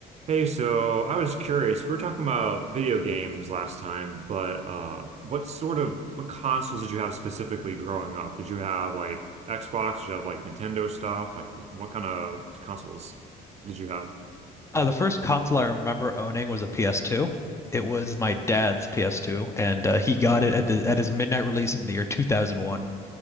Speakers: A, on the right (about 40°); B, on the left (about 15°).
A: Hey, so I was curious. We were talking about video games last time, but uh, what sort of what consoles did you have specifically growing up? Did you have like Xbox? Did you have like Nintendo stuff? Like what kind of consoles did you have?
B: Uh, the first console I remember owning was a PS2. It was my dad's PS2, and uh, he got it at the at his midnight release in the year 2001,